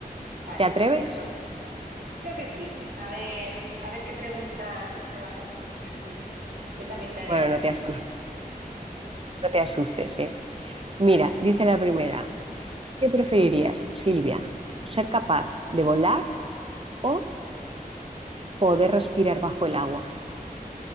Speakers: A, on the right; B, on the right.
A: vale,
B: ¿Te atreves?
A: perfecto. Creo que sí. A ver, a ver qué preguntas me vas a hacer. Yo también te haré
B: Bueno,
A: alguna.
B: no te has
A: <laughs>
B: No te asustes, ¿eh?
A: Vale.
B: Mira, dice la primera, ¿qué preferirías, Silvia? ¿Ser capaz de volar o poder respirar bajo el agua?